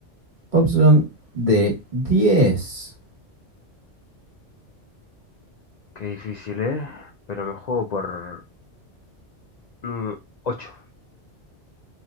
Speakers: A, on the right (about 40°); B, on the left (about 65°).
A: Opción D, 10.
B: Qué difícil, ¿eh? Pero me juego por mm, 8.